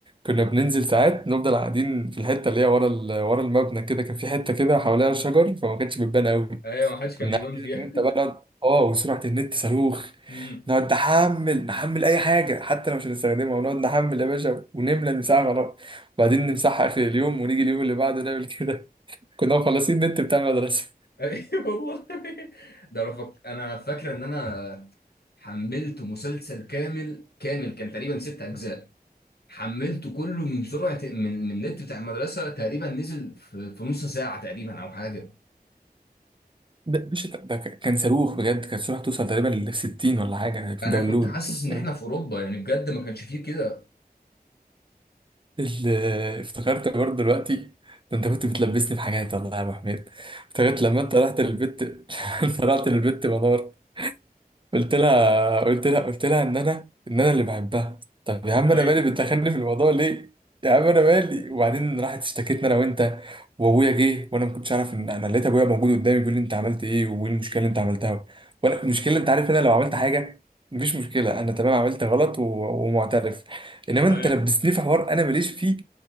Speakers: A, on the right; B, on the left.
A: كنا بننزل ساعات نفضل قاعدين في الحتة اللي هي ورا ال- ورا المبنى كده كان في حتة كده حواليها شجر فما كانتش بتبان قوي
B: ايوه ما حدش كان
A: كنا
B: بيبان
A: قاعدين
B: فيها
A: انا وانت بقى نقعد- اه وسرعة النت صاروخ
B: <laughs> امم
A: نقعد نحمل نحمل اي حاجة حتى لو مش هنستخدمها ونقعد نحمل يا باشا ونملى المساحة خلاص وبعدين نمسحها اخر اليوم ونيجي اليوم اللي بعده نعمل كده كنا مخلصين النت بتاع المدرسة
B: ايوه والله <laughs> ده انا فك... انا فاكر ان انا حملت مسلسل كامل كامل كان تقريبا ست اجزاء حملته كله من سرعه من من النت بتاع المدرسه تقريبا نزل في, في نص ساعه تقريبا او حاجه
A: ده <laughs> مش ده ده كان صاروخ بجد كان صاروخ توصل تقريبا ل 60 ولا حاجة يعني في
B: انا
A: داونلود
B: كنت حاسس ان
A: فاهم
B: احنا في اوروبا يعني بجد ما كانش فيه كده
A: ال- افتكرت برضه دلوقتي ده انت كنت بتلبسني في حاجات والله يا ابو حميد افتكرت لما انت رحت للبت <laughs> انت رحت للبت منار قلت لها قلت لها قلت لها ان انا ان انا اللي بحبها طب يا
B: ايوه
A: عم انا مالي بتدخلني في الموضوع ليه يا عم انا مالي وبعدين راحت اشتكتنا انا وانت وابويا جه وانا ما كنتش اعرف ان انا لقيت ابويا موجود قدامي بيقول لي انت عملت ايه وايه المشكله اللي انت عملتها وانا المشكله انت عارف إن انا لو عملت حاجه مفيش مشكله انا تمام عملت غلط و... ومعترف انما
B: ايوه
A: انت لبستني في حوار انا ماليش فيه